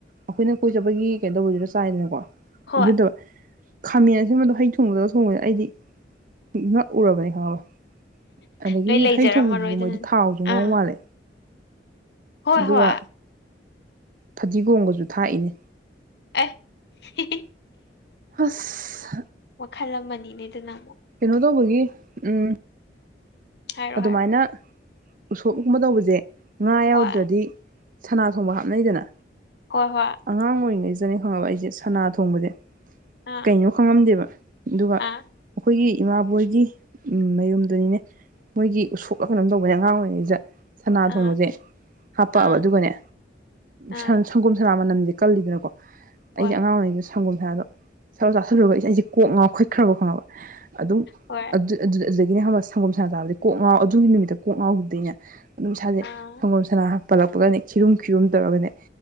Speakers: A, on the right; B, on the left.
A: ꯑꯩꯈꯣꯏꯅ ꯀꯣꯏ ꯆꯠꯄꯒꯤ ꯀꯩꯅꯣ ꯇꯧꯕꯗꯨꯗ ꯆꯥꯏꯗꯅꯀꯣ
B: ꯍꯣꯏ
A: ꯗꯨꯗꯣ ꯈꯥꯃꯦꯟ ꯑꯁꯤꯟꯕꯗꯣ ꯍꯩ ꯊꯣꯡꯕꯗꯒ ꯊꯣꯡꯉꯦ ꯑꯩꯗꯤ ꯉꯛꯎꯔꯕꯅꯦ ꯈꯪꯉꯕ ꯑꯗꯒꯤꯗꯤ
B: ꯂꯣꯏ ꯂꯩꯖꯔꯝꯃꯔꯣꯏ
A: ꯍꯩ ꯊꯣꯡꯕꯗꯨꯁꯨ
B: ꯑꯗꯨꯅꯅꯦ
A: ꯃꯣꯏꯗꯤ ꯊꯥꯎꯁꯨ ꯉꯧ
B: ꯑꯥ
A: ꯃꯥꯜꯂꯦ
B: ꯍꯣꯏ
A: ꯑꯗꯨꯒ
B: ꯍꯣꯏ
A: ꯐꯗꯤꯒꯣꯝꯒꯁꯨ ꯊꯥꯛꯏꯅꯦ
B: ꯑꯦ
A: ꯑꯁ
B: ꯋꯥꯈꯜ ꯑꯃꯅꯤꯅꯦ ꯑꯗꯨꯅꯃꯨꯛ
A: ꯀꯩꯅꯣ ꯇꯧꯕꯒꯤ ꯎꯝ
B: ꯎꯝ ꯍꯥꯏꯔꯣ
A: ꯑꯗꯨꯃꯥꯏꯅ
B: ꯍꯥꯏꯔꯣ
A: ꯎꯁꯣꯞꯀꯨꯝꯕ ꯇꯧꯕꯁꯦ ꯉꯥ ꯌꯥꯎꯗ꯭ꯔꯗꯤ
B: ꯍꯣꯏ
A: ꯁꯅꯥ ꯊꯣꯡꯕ ꯍꯥꯞꯅꯩꯗꯅ
B: ꯍꯣꯏ ꯍꯣꯏ
A: ꯑꯉꯥꯡ ꯑꯣꯏꯔꯤꯉꯩ__ ꯐꯖꯅꯤ ꯈꯪꯉꯕ ꯑꯩꯁꯦ ꯁꯅꯥ ꯊꯣꯡꯕꯁꯦ
B: ꯑꯥ
A: ꯀꯩꯅꯣ ꯈꯪꯉꯝꯗꯦꯕ ꯑꯗꯨꯒ
B: ꯑꯥ
A: ꯑꯩꯈꯣꯏꯒꯤ ꯏꯃꯥꯕꯣꯏꯒꯤ ꯎꯝ ꯃꯌꯨꯝꯗꯨꯅꯤꯅꯦ ꯃꯣꯏꯒꯤ ꯎꯁꯣꯛꯑ ꯀꯩꯅꯣꯝ ꯇꯧꯕꯅꯦ ꯑꯉꯥꯡ ꯑꯣꯏꯔꯤꯉꯩꯗ ꯁꯅꯥ
B: ꯑꯥ
A: ꯊꯣꯡꯕꯁꯦ ꯍꯥꯄꯛꯑꯕ
B: ꯑꯥ
A: ꯑꯗꯨꯒꯅꯦ
B: ꯑꯥ
A: ꯁꯟ ꯁꯪꯒꯣꯝ ꯁꯅꯥ ꯃꯅꯝꯁꯦ ꯀꯜꯂꯤꯗꯅꯀꯣ
B: ꯍꯣꯏ
A: ꯑꯩꯁ ꯑꯉꯥꯡ ꯑꯣꯏꯔꯤꯉꯩꯗ ꯁꯪꯒꯣꯝꯁꯅꯥꯗꯣ ꯁꯔ ꯆꯥꯁꯤꯜꯂꯨꯔꯒ ꯑꯩꯁꯦ ꯀꯣꯛ ꯉꯥꯎ ꯈꯠꯈ꯭ꯔꯕ ꯈꯪꯉꯕ ꯑꯗꯨꯝ
B: ꯍꯣꯏ
A: ꯑꯗꯨ ꯑꯗꯨ ꯑꯗꯨꯗꯩ ꯑꯗꯒꯤꯅꯦ ꯈꯪꯕ ꯁꯡꯒꯣꯝ ꯁꯥꯟ ꯆꯥꯕꯖꯤ ꯀꯣꯛ ꯉꯥꯎ ꯑꯗꯨꯒꯤ ꯅꯨꯃꯤꯠꯇ ꯀꯣꯛ ꯉꯥꯎꯈꯤꯕꯗꯩꯅꯦ ꯑꯗꯨꯝ ꯁꯥꯖꯩ
B: ꯑꯥ
A: ꯁꯪꯒꯣꯝ ꯁꯅꯥ ꯄꯜꯂꯛꯄꯒꯅꯤ ꯈꯤꯔꯨꯝ ꯈꯤꯔꯨꯝ ꯇꯧꯔꯒꯅꯦ